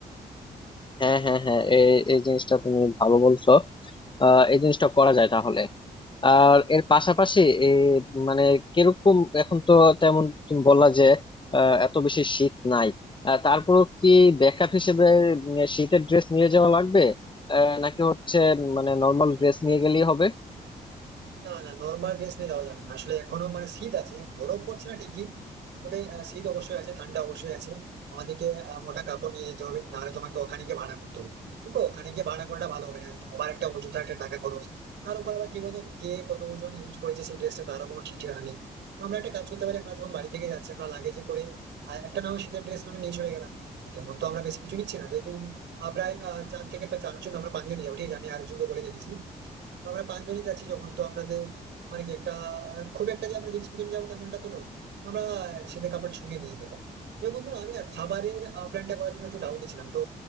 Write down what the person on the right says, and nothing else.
না না নর্মাল ড্রেস নিয়ে যাওয়া যাবে না আসলে এখনো মানে শীত আছে বরফ পড়ছে না ঠিকই তবে আহ, শীত অবশ্যই আছে ঠান্ডা অবশ্যই আছে আমাদেরকে আহ, মোটা কাপড় নিয়ে যেতে হবে নাহলে তোমাকে ওখানে গিয়ে ভাড়া করতে হবে দেখো ওখানে গিয়ে ভাড়া করাটা ভালো হবে না আবার একটা অযথা একটা টাকা খরচ তার উপর আবার কি বলতো কে কত ওজন ইউজ করেছে সেই ড্রেসটা তারও কোনো ঠিক ঠিকানা নেই তো আমরা একটা কাজ করতে পারি আমরা যখন বাড়ি থেকে যাচ্ছি আমরা লাগেজে করে আর একটা না হয় শীতের ড্রেস নিয়ে চলে গেলাম আর তেমন তো আমরা বেশি কিছু নিচ্ছি না যেহেতু আহ, প্রায় আহ, চার থেকে পা- চারজন আমরা পাঁচজন যাবো ঠিক আছে আমি আরেকজনকে বলে রেখেছি তো আমরা পাঁচজনই যাচ্ছি যখন তো আমাদের মানে কি একটা আহ, খুব একটা যে আমরা জিনিসপত্র নিয়ে যাবো তেমনটা তো নয় আমরা সেটা কাপড় সঙ্গে নিয়ে যেতে পারি তবে বন্ধু আমি না খাবারের প্ল্যানটা করার জন্য একটু ডাউটে ছিলাম তো